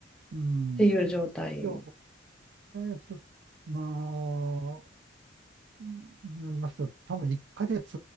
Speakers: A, on the right (about 60°); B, in the centre.
A: うん。
B: っていう状態。
A: いや、えーと、まあ、うんなりますと、多分1ヶ月